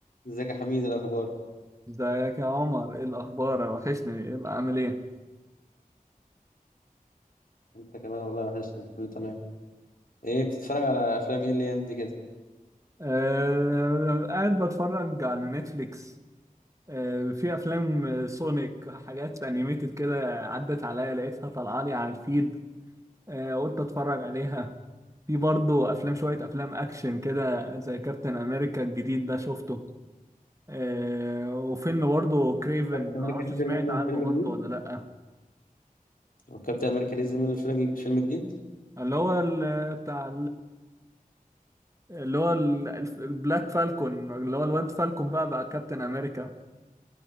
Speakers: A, on the left (about 75°); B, on the right (about 20°).
A: ازيك يا حميد إيه الاخبار
B: ازيك يا عمر ايه الاخبار وحشني ايه اللي عامل ايه
A: انت كمان والله وحشني كله تمام ايه بتتفرج على افلام ايه الايام دي كده
B: آه قاعد بتفرج على نتفليكس آه في افلام آه، سونيك حاجات انيميتد كده عدت عليا لقيتها طالعه لي على الفيد آه قلت اتفرج عليها في برضه افلام شويه افلام اكشن كده زي كابتن امريكا الجديد ده شفته آه وفيلم برضه كريفن
A: كابتن
B: معرفش
A: امريكا نزل
B: سمعت
A: منه
B: عنه
A: فيلم
B: برضه
A: جديد
B: ولا لا
A: هو كابتن امريكا نزل منه فيلم فيلم جديد
B: اللي هو ال- بتاع اللي هو ال- الف- البلاك فالكون اللي هو الواد فالكون بقى بقى كابتن امريكا